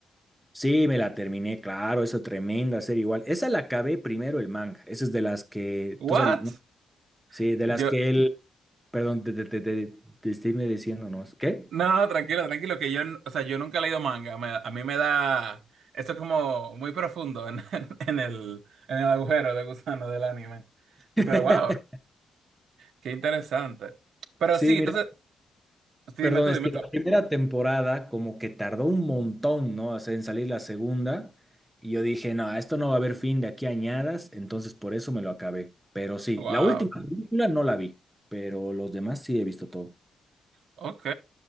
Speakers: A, in the centre; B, on the right.
A: Sí, me la terminé, claro, esa tremenda serie igual. Esa la acabé primero el manga. Esa es de las que,
B: ¿What?
A: tú sabes, ¿no? Sí, de
B: Yo,
A: las que él, perdón, te, te, te, te, te estoy diciendo, ¿no? ¿Qué?
B: No, no, tranquilo, tranquilo, que yo, n- o sea, yo nunca he leído manga, me- a mí me da, esto es como muy profundo en, <laughs> en el, en el agujero de gusano del anime,
A: <laughs>
B: pero wow, qué interesante, pero
A: Sí,
B: sí,
A: mira.
B: entonces, sí,
A: Perdón,
B: dime tú,
A: es
B: dime
A: que
B: tú,
A: la primera temporada como que tardó un montón, ¿no? O sea, en salir la segunda. Y yo dije, no, a esto no va a haber fin de aquí añadas, entonces por eso me lo acabé. Pero sí,
B: wow,
A: la última película no la vi, pero los demás sí he visto todo.
B: ok,